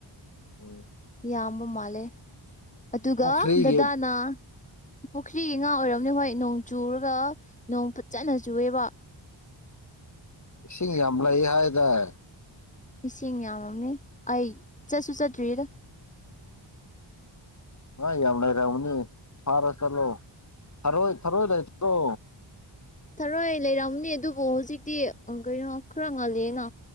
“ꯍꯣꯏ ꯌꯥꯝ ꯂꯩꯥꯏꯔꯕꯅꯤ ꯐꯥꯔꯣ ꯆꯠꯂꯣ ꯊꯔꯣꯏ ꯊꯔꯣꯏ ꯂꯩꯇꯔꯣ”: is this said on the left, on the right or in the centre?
Left